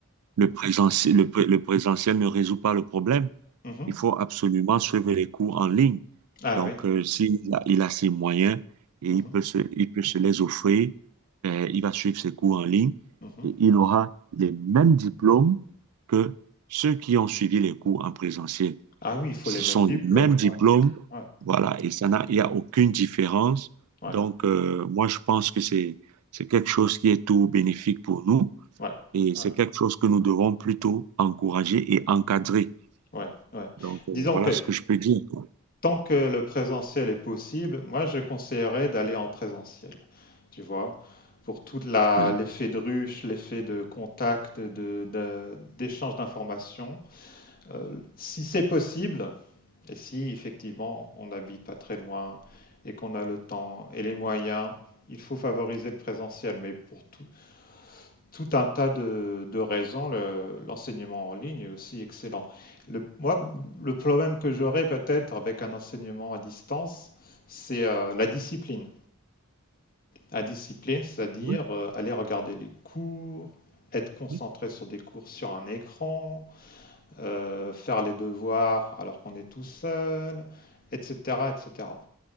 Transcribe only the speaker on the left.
mhm.
Ah
oui.
Mm,
mhm,
mhm.
Ah oui, il faut
les mêmes
diplômes.
Ouais, ouais,
ouais,
ouais,
ouais,
ouais. ouais.
Disons
que
tant que le présentiel est possible, moi je conseillerais d'aller en présentiel, tu vois, pour toute la,
l'effet de ruche, l'effet de contact, de, de- d'échange d'informations. Euh, si c'est possible, et si effectivement on n'habite pas très loin et qu'on a le temps et les moyens, il faut favoriser le présentiel, mais pour tout- tout un tas de, de raisons, le- l'enseignement en ligne est aussi excellent. Le, moi, le problème que j'aurais peut-être avec un enseignement à distance, c'est euh, la discipline. La discipline, c'est-à-dire
euh, aller regarder les cours, être concentré
sur des cours sur un écran, euh, faire les devoirs alors qu'on est tout seul, etc., etc.